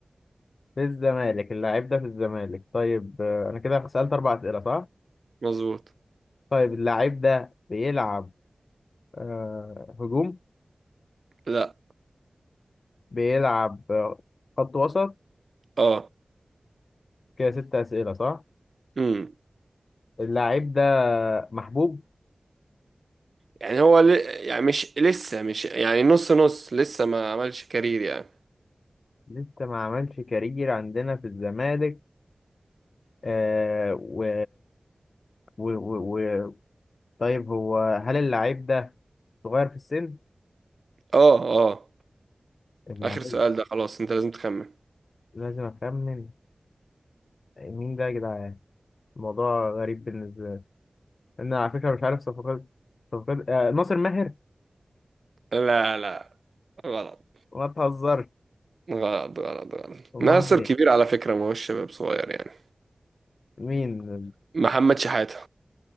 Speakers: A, on the left; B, on the right.
A: في الزمالك اللاعب ده في الزمالك طيب آه، أنا كده سألت أربع أسئلة صح؟
B: مظبوط
A: طيب اللاعب ده بيلعب آه هجوم
B: لا
A: بيلعب آه، خط وسط
B: اه
A: كده ست أسئلة صح؟
B: امم
A: اللاعب ده محبوب
B: يعني هو ل... يعني مش لسه مش يعني نص نص لسه ما عملش كارير يعني
A: لسه ما عملش كارير عندنا في الزمالك آه و... و... و... و... طيب هو هل اللاعب ده صغير في السن؟
B: اه اه
A: اللاعب
B: اخر سؤال
A: ده
B: ده خلاص انت لازم تخمن
A: لازم أخمن مين ده يا جدعان؟ الموضوع غريب بالنسبة لي أنا على فكرة مش عارف صفقات صفقات آه ناصر ماهر
B: لا لا غلط
A: ما تهزرش
B: غلط غلط غلط
A: أمال
B: ناصر
A: مين؟
B: كبير على فكرة ما هوش شباب صغير يعني
A: مين؟
B: محمد شحاتة